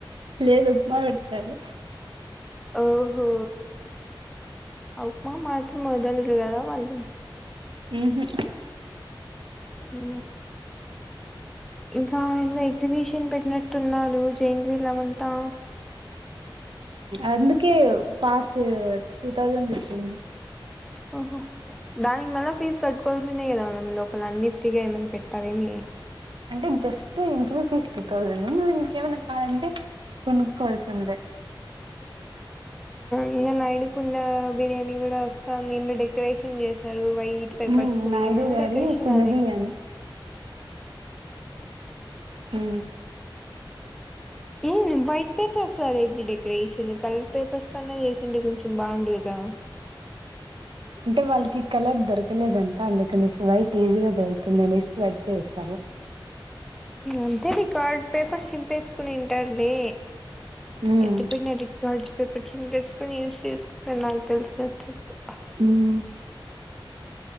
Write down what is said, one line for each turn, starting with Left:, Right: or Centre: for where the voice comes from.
Right: లేదు ఉప్మా పెడతారు
Centre: ఓహో ఉప్మా మాత్రం వదలరుగా వాలు
Right: ఉహు
Centre: ఉ ఇంకా ఎన్నో ఎగ్జిబిషన్ పెట్టినట్టు ఉన్నాడు జై వీలమంతా
Right: అందుకే పాస్ టూ తౌసండ్ వచ్చంది
Centre: ఓహో దానిగ్ మల్ ఫీస్ కట్కల్సినే ఇదవను లోపల అన్ని ఫ్రీగా ఏమనా పెట్టారేమ
Right: అంటే just interview fees two thousand మళ్ మీంకేమైనా కావాలంటే కొనుక్కకోవాల్సిందే
Centre: ఇంకా నైడుకుడా బిర్యానీ కూడా వస్తా దీంట్లో డెకరేషన్ చేస్త వైట్ పేపర్స్
Right: హ్మ్. నాయుడు
Centre: మ
Right: గారి
Centre: డకరేషన్
Right: 'కుండబియ్య' అని. హ
Centre: ఏ వైట్ పేపర్స్ అదేడి డెకరేషన్ కలర్ పేపర్స్ అన్నా చేసిడి కొంచెం బాగుంది కదా
Right: అంటే వాళ్ళకి కలర్ దొరకలేదంట అందుకనేసి వైట్ ఈజీగా దొరుకుతుంది అనేసి బడి చేసారు
Centre: అంతే న కార్డ్ పేపర్ చింపేచుకుని తంటారులే
Right: హ్మ్.
Centre: ఎట్ పెడినాను రికార్డ్స్ పేపర్ చినిపేసుకొని యూస్ చేసుకుంటను నాకు తెలిసిన తప్పు
Right: హ్మ్.